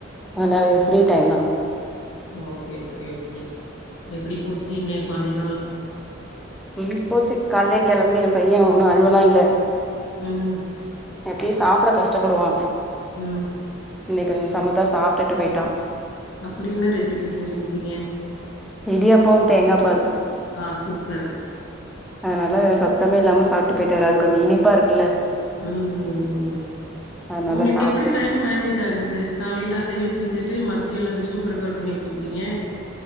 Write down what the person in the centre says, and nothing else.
அதனால இது ஃப்ரீ டைம் தா
உம் போச்சு கால்லே கெளம்பி எம் பைய ஒன்னு அழுவலா இல்ல
எப்பயு சாப்பிட கஷ்டப்படுவா
இன்னைக்கு அவெ சமத்தா சாப்டுட்டு போய்ட்டா
இடியாப்ப தேங்கா பால்
அதுனால சத்தமே இல்லாம சாப்ட்டு போயிட்டாரு அது கொஞ்ச இனிப்பா இருக்குல்ல
அதனால
சாப்ட்டு